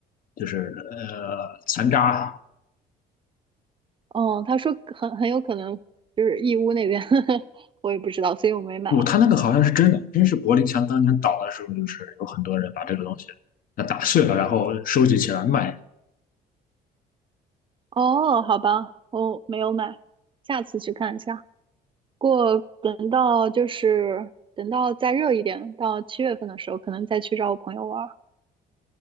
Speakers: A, on the left; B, on the right.
A: 就是呃残渣。
B: 哦，他说很很有可能就是义乌那边，<laughs> 我也不知道，所以我没买。
A: 不，他那个好像是真的，真是柏林墙当年倒的时候，就是有很多人把这个东西呃打碎了，然后收集起来卖。
B: 哦，好吧，我没有买，下次去看一下。不过等到就是等到再热一点，到七月份的时候，可能再去找我朋友玩儿。